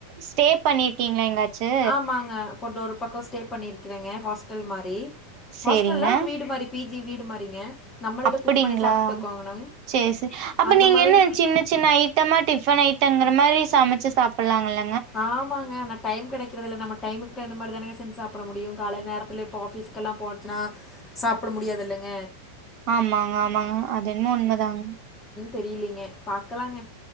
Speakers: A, on the right; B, on the left.
A: ஸ்டே பண்ணிருக்கீங்களா எங்காச்சு
B: ஆமாங்க கொஞ்சோ ஒரு ஸ்டே பண்ணியிருக்கேங்க ஹாஸ்டல் மாரி
A: சேரிங்க
B: ஹாஸ்டல்ல ஒரு வீடு மாரி பிஜி வீடு மாரிங்க நம்மளேதா
A: அப்டிங்களா
B: குக் பண்ணி சாப்ட்டுக்கோங்கணும்
A: செரி செரி அப்ப
B: அந்த
A: நீங்க
B: மாரி
A: என்ன சின்ன சின்ன ஐட்டமா டிஃபன் ஐய் தங்கற மாரி சமைச்சு சாப்புடலாங்கள
B: ஆமாங்க ஆன டைம் கிடைக்கிறதுயில்ல நமக்கு டைமுக்கு தகுந்த மாரி தானங்க செஞ்சு சாப்பிட முடியும் கால நேரத்துல இப்ப ஆபீஸுகெல்லாம் போச்சுன்னா சாப்பிட முடியாதுதில்லிங்க
A: ஆமாங்க ஆமாங்க அது என்னு உண்மை தாங்க
B: தெரியலிங்க பாக்கலாங்க